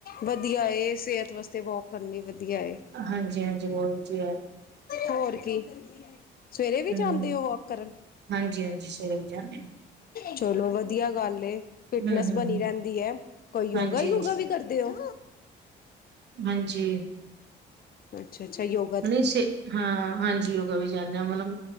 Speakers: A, on the left (about 50°); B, on the right (about 60°).
A: ਵਧੀਆ ਏ ਸਿਹਤ ਵਾਸਤੇ ਵੋਕ ਕਰਨੀ ਵਧੀਆ ਏ।
B: ਹਾਂਜੀ ਹਾਂਜੀ ਬਹੁਤ ਵਧੀਆ।
A: ਹੋਰ ਕੀ। ਸਵੇਰੇ ਵੀ
B: ਹਮ
A: ਜਾਂਦੇ ਹੋ ਵੋਕ ਕਰਨ?
B: ਹਾਂਜੀ ਹਾਂਜੀ ਸਵੇਰੇ ਵੀ ਜਾਂਦੇ ਹਾਂ।
A: ਚਲੋ ਵਧੀਆ ਗੱਲ ਏ। ਫਿਟਨੈਸ
B: ਹਮ ਹਮ
A: ਬਣੀ
B: ਹਮ
A: ਰਹਿੰਦੀ ਐ, ਕੋਈ ਯੋਗਾ
B: ਹਾਂਜੀ
A: ਯੂਗਾ
B: ਹਾਂਜੀ
A: ਵੀ ਕਰਦੇ ਓ?
B: ਹਾਂਜੀ।
A: ਅੱਛਾ ਅੱਛਾ, ਯੋ
B: ਨਹੀਂ ਸਿ ਹਾਂ ਹਾਂਜੀ ਓ ਰੋਜ਼ ਜਾਣੇ ਆ, ਮਤਲਬ